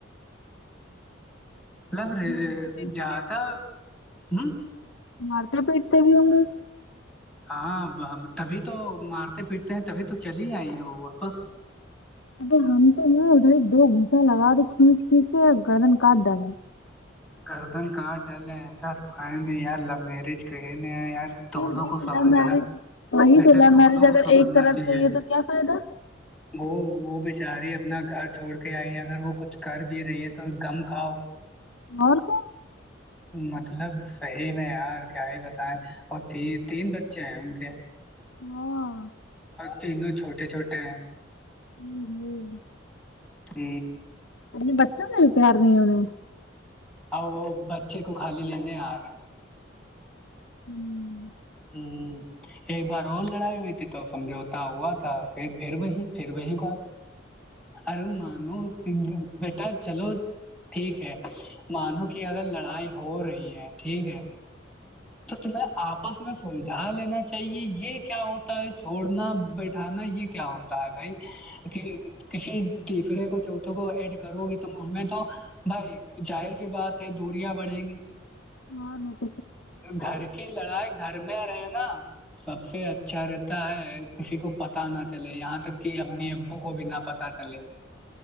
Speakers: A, in the centre; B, on the left.
A: مطلب
B: مارتے پیٹتے
A: زیادہ
B: بھی ہوں گے
A: ہوں
B: مارتے پیٹتے بھی ہوں گ
A: ہاں تبھی تو مارتے پیٹتے ہیں تبھی تو چلی آئی ہیں وہ واپس
B: ابے ہم تو ن ادھر دو گھوسا لگا تو کھینچ کھینچ سے گردن کاٹ ڈال دے
A: گردن کاڈ ڈالے ایسا رو نے یار لو میرج کہے یار دونوں
B: پھر بھی
A: کو سمجھنا
B: لو میرج وہی
A: بیٹا
B: تو لو
A: دونوں
B: میرج
A: کو
B: اگر
A: سمجھنا
B: ایک طرف
A: چاہیے
B: سے یہ تو کیا فائدہ
A: وہ وہ بچاری اپنا گھر چھوڑ کے آئی اگر وہ کچھ کر بھی رہی ہے تو گم کھاؤ
B: اور کو
A: مطلب صحیح میں یار کیا ہی بتائیں اور ت تین بچے ہیں ان کے
B: ہاں
A: تینوں چھوٹے چھوٹے ہیں
B: ہوں ہوں
A: ہ
B: اے بچنا کیا رہنےون
A: اور وہ بچے کو خالی لینے آ رہا
B: ہوں
A: ہ ایک بار اور لڑائی ہوئی تھی تو سمجھوتا ہوا تھا پھر پھر وہی پھر وہی بات ار نو بیٹا چلو ٹھیک ہے مانو کہ اگر لڑائی ہو رہی ہے ٹھیک ہے تو تمہیں آپس میں سلجھا لینا چاہیے یہ کیا ہوتا ہے چھوڑنا بیٹھانا یہ کیا ہوتا ہے بھائی کہ کسی تیسرے کو چوتھوں کو ایڈ کرو گے تو اس میں تو بھائی ظاہر کی بات ہے دوریاں بڑھیں گی
B: ہاں مٹ
A: گھر کی لڑائی گھر میں رہے نا سب سے اچھا رہتا ہے کسی کو پتا نہ چلے یہاں تک کہ امی ابو کو بھی نہ پتا چلے